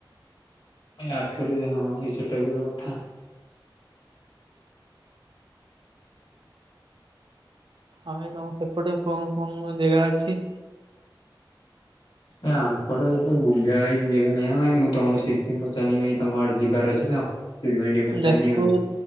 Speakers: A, on the left (about 70°); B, on the right (about 65°).
A: ଭାଇ ଆରଥରକୁ ଦେଖିବା ହଁ ଭାଇ ସେଟା ବି ଗୋଟେ କଥା।
B: ଆଁ ଏ ତମ ସେପଟେ କଣ କଣ କଣ ଜାଗା ଅଛି?
A: ଏ ଆମ୍ପଟେ ଏତେ ବୁଲିବା ଭାଇ ଜାଗା ନାହିଁ ଭାଇ ମୁଁ ତମକୁ ସେଥିପାଇଁ ପଚାରିନି ତମ ଆଡେ ଯିବାର ଅଛି ତ। ସେଇଥିପାଇଁ ଟିକେ ପଚାରିନି
B: ଯାଜପୁର
A: ଆଉ।